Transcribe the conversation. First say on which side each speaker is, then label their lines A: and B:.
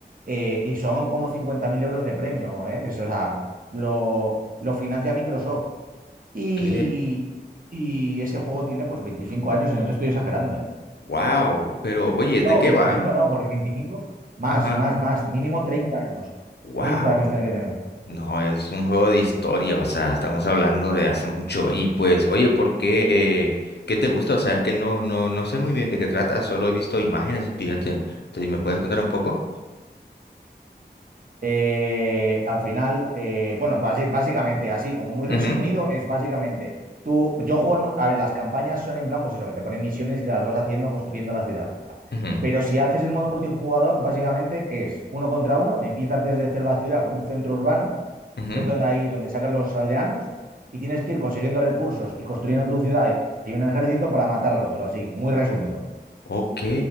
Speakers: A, on the right (about 55°); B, on the left (about 75°).
A: eh, y son como 50.000 euros de premio, ¿eh? Eso, o sea, lo, lo financia Microsoft. Y,
B: ok,
A: y ese juego tiene pues 25 años y no te estoy exagerando, ¿eh?
B: wow, pero oye, ¿de
A: No,
B: qué
A: 25
B: va?
A: no, porque 25 más,
B: Ajá,
A: más,
B: ajá,
A: más, mínimo 30 años.
B: wow,
A: treinta años tiene que tener.
B: no, es un juego de historia, o sea, estamos hablando de hace mucho y pues, oye, ¿por qué, eh, qué te gusta? O sea, es que no, no, no sé muy bien de qué trata, solo he visto imágenes, fíjate, entonces, ¿me puedes contar un poco?
A: Eh, al final, eh, bueno, basi- básicamente, así como muy resumido,
B: Ujú,
A: es básicamente, tú, yo juego, al mu- a ver, las campañas son en plan, pues eso, que te ponen misiones y te las vas haciendo construyendo la ciudad.
B: ujú,
A: Pero si haces el modo multijugador, básicamente es uno contra uno, empiezas desde cero la ciudad con un centro urbano
B: ujú.
A: que es donde ahí donde sacan los aldeanos, y tienes que ir consiguiendo recursos y construyendo tu ciudad y un ejército para matar al otro, así, muy resumido.
B: Ok,